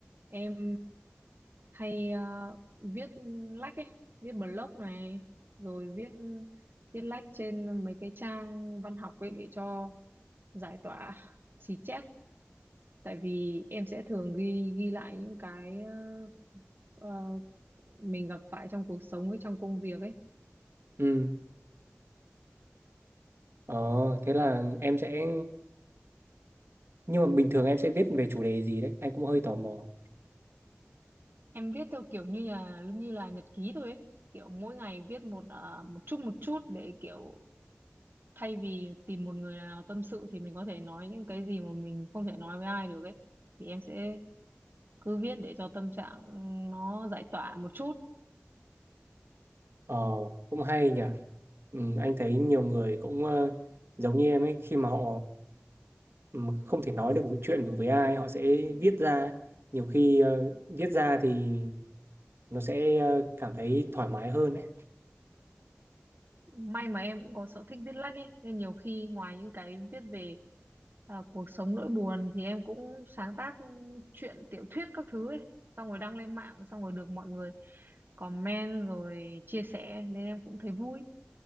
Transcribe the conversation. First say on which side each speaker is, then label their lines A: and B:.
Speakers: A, on the right; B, on the right.
A: em hay ờ, viết lách ấy, viết blog này, rồi viết viết lách trên mấy cái trang văn học ấy để cho giải tỏa xì chét. Tại vì em sẽ thường ghi ghi lại những cái ờ, ờ, mình gặp phải trong cuộc sống với trong công việc ấy
B: Ừ, ờ, thế là em sẽ... Nhưng mà bình thường em sẽ viết về chủ đề gì đấy? Anh cũng hơi tò mò.
A: em viết theo kiểu như là như là nhật ký thôi ấy kiểu mỗi ngày viết một à, một chút một chút để kiểu thay vì tìm một người nào tâm sự thì mình có thể nói những cái gì mà mình không thể nói với ai được ấy thì em sẽ cứ viết để cho tâm trạng nó giải tỏa một chút
B: Ờ, cũng hay nhỉ. Ừ, anh thấy nhiều người cũng ờ, giống như em ấy, khi mà họ ừ, không thể nói được chuyện được với ai, họ sẽ viết ra. ấy. Nhiều khi ờ, viết ra thì nó sẽ ờ, cảm thấy thoải mái hơn ấy.
A: may mà em cũng có sở thích viết lách ấy nên nhiều khi ngoài những cái viết về à, cuộc sống nỗi buồn thì em cũng sáng tác truyện tiểu thuyết các thứ ấy xong rồi đăng lên mạng xong rồi được mọi người comment rồi chia sẻ nên em cũng thấy vui